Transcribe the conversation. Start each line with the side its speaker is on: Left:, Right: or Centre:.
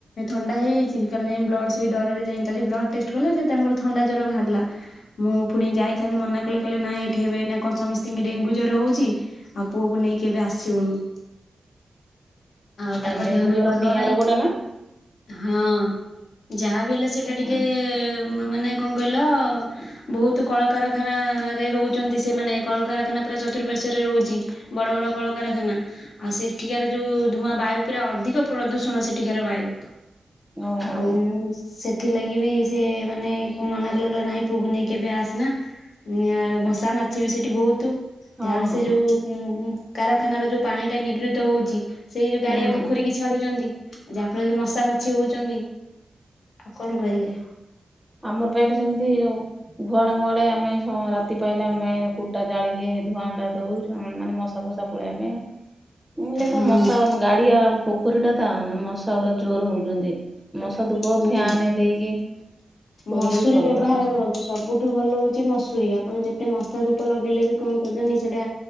Left: ଥଣ୍ଡା ହେଇଯାଇଛି କାଲି ଯାଇ ବ୍ଲଡ ସେଇ ଡରରେ ଯାଇଲି ବ୍ଲଡ ଟେଷ୍ଟ କଲେ ଯେ ତାଙ୍କର ଥଣ୍ଡା ଜ୍ୱର ବାହାରିଲା। ମୁଁ ପୁଣି ଯାଇଥାନ୍ତି ମନା କଲେ କହିଲେ ନାଇଁ ଏଠି ହେବେ ନା କଣ ସମସ୍ତିଙ୍କି ଡେଙ୍ଗୁ ଜ୍ୱର ହଉଛି। ଆଉ ପୁଅକୁ ନେଇକି ଏବେ ଆସିବୁନୁ। ଆଉ ତାଙ୍କ
Centre: ଡେଙ୍ଗୁ
Left: ଦେହ ବି
Centre: ଜର
Left: ଭଲ
Centre: ଡିଆଁ
Left: ନାହିଁ
Centre: ରୋଗ ଟା ନା
Left: ହଁ। ଯାହାବି ହେଲେ ସେଇଟା
Centre: ଓହୋ
Left: ଟିକେ ମାନେ କଣ କହିଲ। ବହୁତ କଳକାରଖାନା ରେ ରହୁଛନ୍ତି ସେମାନେ କଳକାରଖାନା ପୁରା ଚତୁର୍ପାର୍ଶ୍ଵରେ ରହୁଛି। ବଡ ବଡ କଳକାରଖାନା। ଆଉ ସେଠିକାର ଯୋଉ ଧୂଆଁ ବାୟୁ ପୁରା ଅଧିକ ପ୍ରଦୂଷଣ ସେଠିକାର ବାୟୁ।
Centre: ଓହୋ
Left: ଆଉ ସେ ଥିଲା କିି ବି ସେ ମାନେ ମନା କଲେ କହିଲା ନାଇଁ ପୁଅକୁ ନେଇକି ଏବେ ଆସେନା। ନିଆ ମଶା ମାଛି ବି ସେଇଠି ବହୁତୁ।
Centre: ହଁ
Left: ଯାହା ହେଲେ
Centre: ହଁ
Left: ସେ ଯୋଉ କାରଖାନାର ଯୋଉ ପାଣି ଟା ନିଗ୍ରିତ ହଉଛି। ସେଇ ଯୋଉ ଗାଡିଆ
Centre: ହୁଁ।
Left: ପୋଖରୀ କିି ଛାଡୁଛନ୍ତି ଯାହା ଫଳରେ ମଶା ମାଛି ହଉଛନ୍ତି। ଆଉ କଣ କହିବେ?
Centre: ଆମର ପା ଏଠି ସେମିତି ଓ ଗୁହାଳେ ମୁହାଳେ ଆମେ ଶ ରାତି ପାଇଲେ ଆମେ କୁଟା ଜାଳିକି ଧୂଆଁଟା ଦେଉ। ମାନେ ମଶା ଫସା ପଳେଇବା ପାଇଁ। ନହେଲେ କୋଉ
Left: ହଁ
Centre: ମଶା ଗାଡିଆ ପୋଖରୀ ଟା ତା ମଶା ପୁରା ଜୋର ହଉଛନ୍ତି। ମଶା ଧୁପ
Left: ହୁଁ
Centre: ଫ୍ୟାନ ଦେଇକି। ଶୋଇଲେ
Left: ମସୁରୀ
Centre: ବି ପ୍ରବଳ
Left: ବ୍ୟବହାର
Centre: ମଶା।
Left: କରନ୍ତୁ। ସବୁଠୁ ଭଲ ହଉଛି ମସୁରୀ ଆପଣ ଯେତେ ମଶା ଧୂପ ଲଗେଇଲେ ବି କଣ କରୁଛନ୍ତିି ସେଇଟା